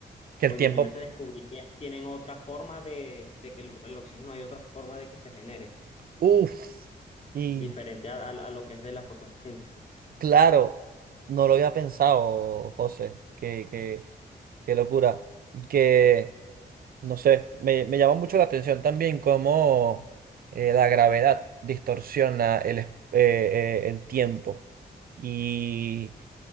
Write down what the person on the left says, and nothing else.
O
imagínate
descubrir que tienen otra forma de, de que el, el oxígeno hay otra forma de que se genere,
diferente a, a- a lo que es de la fotosíntesis.